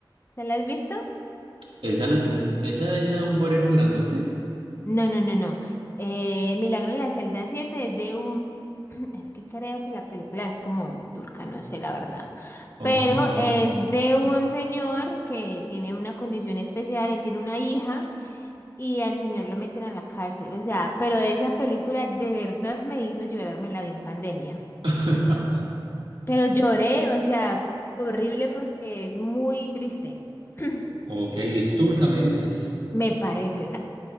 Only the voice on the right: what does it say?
¿Esa, la de un, ¿esa es la de un moreno grandote?
Oh,
<laughs>
ok, es turca, me dices.